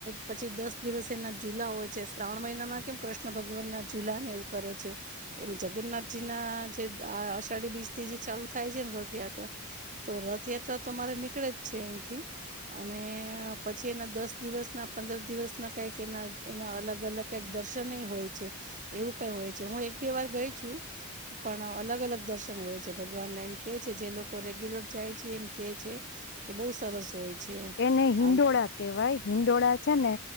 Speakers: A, on the right (about 35°); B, on the left (about 50°).
A: પછી દસ દિવસ એના જુલા હોય છે શ્રાવણ મહિનામાં કેમ કૃષ્ણ ભગવાનના જુલા એવું કરે છે એમ જગન્નાથજીના જે આ અષાઢી બીજથી જે ચાલુ થાય છે ને રથયાત્રા તો રથયાત્રા તો મારે નીકળે જ છે અહીંથી અને પછી એના દસ દિવસના પંદર દિવસના કઈક એના એના અલગ-અલગ કાઈક દર્શનેય હોય છે એવું કઈ હોય છે હું એક પણ અલગ-અલગ દર્શન હોય છે ભગવાનના એમ કેય છે જે લોકો રેગ્યુલર જાય એમ કે છે કે બહુ સરસ છે એમ
B: એને હિંડોળા
A: અન
B: કહેવાય હિંડોળા છે ને